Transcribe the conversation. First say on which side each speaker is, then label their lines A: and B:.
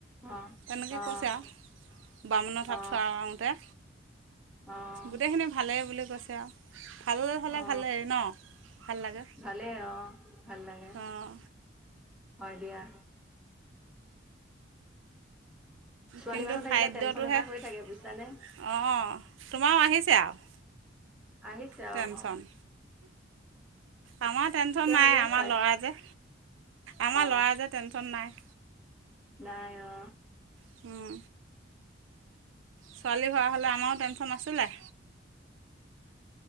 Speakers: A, in the centre; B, on the right.
A: অ'
B: তেনেকে
A: অ'
B: কৈছে আৰু ব্ৰামুণৰ হাত
A: অ'
B: চোৱা আহওঁতে
A: অ'
B: গোটেইখিনি ভালেই বুলি কৈছে আৰু। ভাল হ'লে
A: অ
B: ভালেই ন ভাল লাগে
A: ভালে অ ভাল আৰে
B: অঁ
A: হয় দিয়া ছোৱালী
B: কিন্তু
A: মানুহ থাকিলে
B: খাদ্যটোহে
A: টেনচন এটা
B: অঁ
A: হৈ থাকে বুজিছানে
B: তোমাৰো আহিছে আৰু
A: আহিছে
B: টেনশ্যন
A: আও ন
B: আমাৰ টেনচন নাই
A: হ'লেই
B: আমাৰ
A: হয়
B: ল'ৰা যে আমাৰ
A: অ
B: ল'ৰা যে টেনশ্যন নাই।
A: নাই অ
B: হম ছোৱালী হোৱা হ'লে আমাৰো টেনশ্যন আছিলে